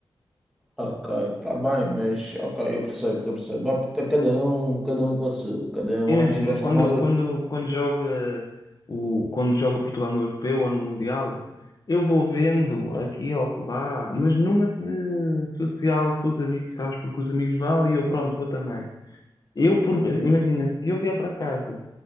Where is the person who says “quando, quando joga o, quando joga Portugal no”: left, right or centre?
Left